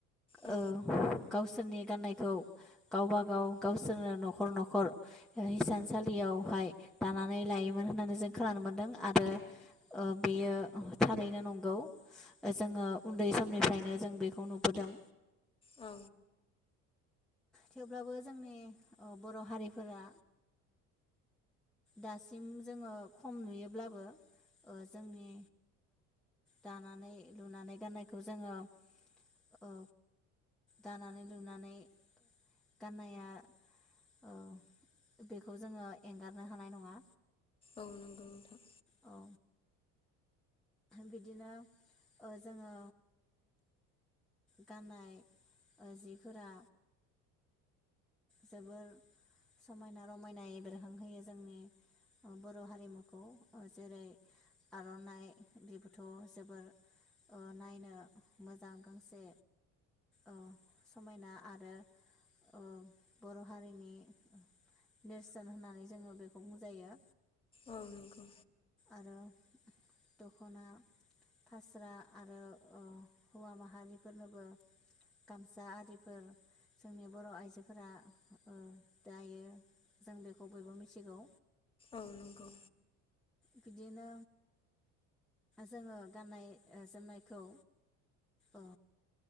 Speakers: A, on the left; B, in the centre.
A: औ
B: ओ गावसोरनि गाननायखौ गावबा गाव गावसोरनो नखर नखर हिसानसालियावहाय दानानै लायोमोन होननानै जों खोनानो मोन्दों आरो ओ बियो थारैनो नंगौ जोङो उन्दै समनिफ्रायनो जों बेखौ नुबोदों
A: औ
B: थेवब्लाबो जोंनि बर हारिफोरा दासिम जोङो खम नुयोब्लाबो ओ जोंनि दानानै लुनानै गाननायखौ जोङो ओ दानानै लुनानै गाननाया ओ बेखौ जोङो एंगारनो हानाय नङा
A: औ नंगौ नोंथां
B: औ बिदिनो जोङो गाननाय जिफोरा जोबोर समायना रमायनाय बेरखांहोयो जोंनि बर हारिमुखौ जेरै आरनाइ बेबोथ जोबोर ओ नायनो मोजां गांसे ओ समायना आरो ओ बर हारिनि नेरसोन होननानै जोङो बेखौ बुंजायो
A: औ नंगौ
B: आरो दखना फास्रा आरो ओ हौवा माहारिफोरनोबो गामसा आरिफोर जोंनि बर आइजोफोरा ओ दायो जों बेखौ बयबो मिथिगौ
A: औ नंगौ
B: बिदिनो जोङो गाननाय जोमनायखौ अ